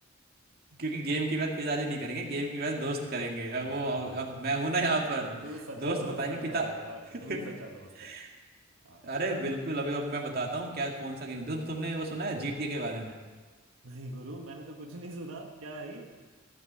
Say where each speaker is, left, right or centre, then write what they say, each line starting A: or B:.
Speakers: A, on the right; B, on the right.
A: क्योंकि गेम की बात पिताजी नहीं करेंगे गेम की बात दोस्त करेंगे अब
B: आ,
A: वो अब मैं हूं ना यहाँ पर
B: तू सच्चा
A: दोस्त
B: दोस्त
A: बताएंगे
B: है मेरा
A: पिता
B: यार
A: <laughs>
B: तू ही सच्चा दोस्त है अच्छा
A: अरे बिल्कुल अभी अब मैं बताता हूँ क्या कौन सा गेम तुम तुमने वो सुना है जीटीए के बारे में?
B: नहीं गुरु मैंने तो कुछ नहीं सुना क्या है ये